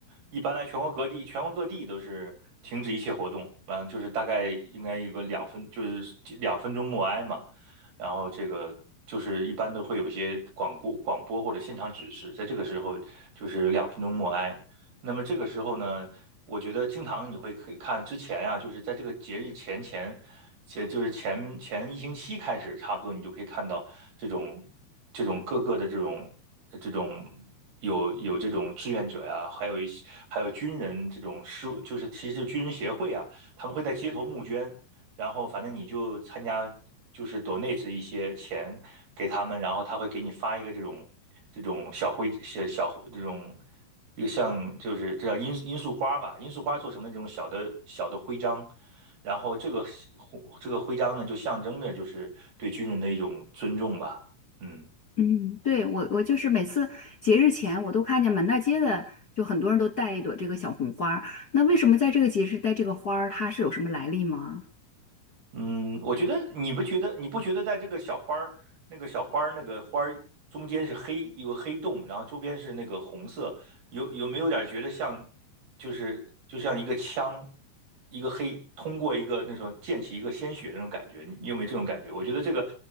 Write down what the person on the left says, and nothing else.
嗯，对，我我就是每次节日前，我都看见满大街的，就很多人都带一朵这个小红花儿。那为什么在这个节日带这个花儿，它是有什么来历吗？